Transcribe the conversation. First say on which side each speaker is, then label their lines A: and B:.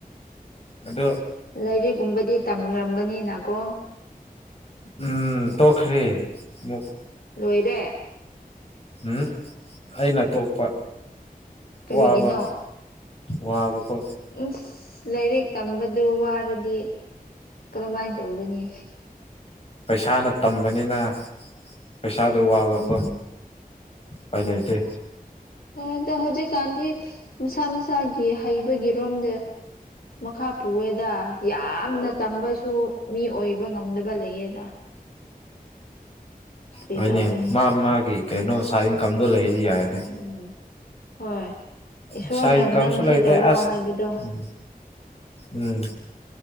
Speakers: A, on the left (about 40°); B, on the left (about 75°).
A: ꯑꯗꯣ
B: ꯂꯥꯏꯔꯤꯛꯒꯨꯝꯕꯗꯤ ꯇꯝꯔꯝꯒꯅꯤꯅꯀꯣ
A: ꯎꯝ ꯇꯣꯈ꯭ꯔꯤ ꯃꯨꯛ
B: ꯂꯣꯏꯔꯦ
A: ꯎꯝ ꯑꯩꯅ ꯇꯣꯛꯄ
B: ꯀꯔꯤꯒꯤꯅꯣ
A: ꯋꯥꯕ ꯋꯥꯕꯀꯣ
B: ꯏꯁ ꯂꯥꯏꯔꯤꯛ ꯇꯝꯕꯗꯨ ꯋꯥꯔꯗꯤ ꯀꯔꯃꯥꯏꯟ ꯇꯧꯕꯅꯤ
A: ꯄꯩꯁꯥꯅ ꯇꯝꯕꯅꯤꯅ ꯄꯩꯁꯥꯗꯣ ꯋꯥꯕꯥꯀꯣ
B: ꯎꯝ
A: ꯎꯄꯥꯏ ꯂꯩꯇꯦ
B: ꯑꯣꯗ ꯍꯧꯖꯤꯛꯀꯥꯟꯗꯤ ꯃꯁꯥ ꯃꯁꯥꯒꯤ ꯍꯩꯕꯒꯤꯔꯣꯝꯗ ꯃꯈꯥ ꯄꯨꯑꯦꯗ ꯌꯥꯝꯅ ꯇꯝꯕꯁꯨ ꯃꯤ ꯑꯣꯏꯕ ꯉꯝꯗꯕ ꯂꯩꯌꯦꯗ ꯀꯔꯤ
A: ꯎ ꯍꯣꯏꯅꯦ
B: ꯇꯧꯒꯅꯤ
A: ꯃꯥ ꯃꯥꯒꯤ ꯀꯩꯅꯣ ꯁꯥ ꯏꯟꯀꯝꯗꯣ ꯂꯩꯗꯤ ꯌꯥꯏꯅꯦ
B: ꯎꯝ ꯍꯣꯏ ꯏꯁꯣꯔꯅ
A: ꯁꯥꯏꯠ ꯏꯟꯀꯝꯁꯨ
B: ꯅꯪ
A: ꯂꯩꯇꯦ
B: ꯁꯤ ꯇꯧꯑꯣ
A: ꯑꯁ
B: ꯍꯥꯏꯕꯗꯣ
A: ꯎꯝ ꯎꯝ